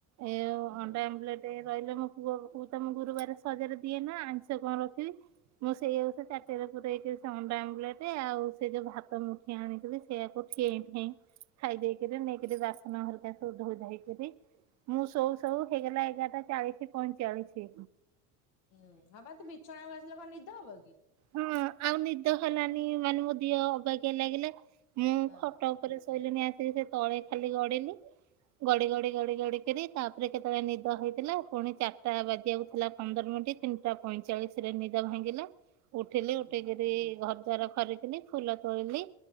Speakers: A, on the right; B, on the left.
A: ଏ
B: ହୁଁ
A: ଅଣ୍ଡା ଆମ୍ବଲେଟ ରହିଲେ ମୁ କୁ ଗୁରୁବାରେ ସହଜରେ ଦିଏ ନା ଆଇଁଷ କଣ ରଖିବି - ମୁଁ ସେଇଆକୁ ତ ତାଟିଆରେ ପୁରେଇକିରି ସେ ଅଣ୍ଡା ଆମ୍ଲେଟ ଆଉ ସେ ଯୋଉ ଭାତ ମୁ- ଆଣିଥିଲି ସେଇଆକୁ ଠିଏଁ ଠିଁଏ ଖାଇ ଦେଇକି ନେଇକିରି ବାସନ ହେରିକା ସବୁ ଧୋଇଧାଇ କରି - ମୁଁ ଶୋଉ ଶୋଉ ହେଇଗଲା ଏଗାରଟା ଚାଳିଶ ପଇଁ ଚାଳିଶି।
B: ହୁଁ ହ ବା ତୁ ବିଛଣାକୁ ଆସିଲେ କଣ ନିଦ ହବ କି?
A: ହୁଁ ଆଉ ନିଦ ହେଲାନି ମାନେ ମୋ ଦିହ ଅବାକିଆ ଲାଗିଲା ମୁଁ
B: ହଁ
A: ଖଟ ଉପରେ ଶୋଇଲିନି ଆସିକି ସେ ତଳେ ଖାଲି ଗଡିଲି - ଗଡି ଗଡି ଗଡି ଗଡି କିରି ତାପରେ କେତେବେଳେ ନିଦ ହେଇଥିଲା ପୁଣି ଚାରଟା ବାଜିବାକୁ ଥିଲା ପନ୍ଦର ମିନିଟ ତିନିଟା ପଇଁଚାଳିଶ ରେ ନିଦ ଭାଙ୍ଗିଲା ଉଠିଲି
B: ହୁଁ।
A: ଉଠିକିରି ଘ - ଦ୍ବାର ଖରିକିଲି ଫୁଲ ତୋଳିଲି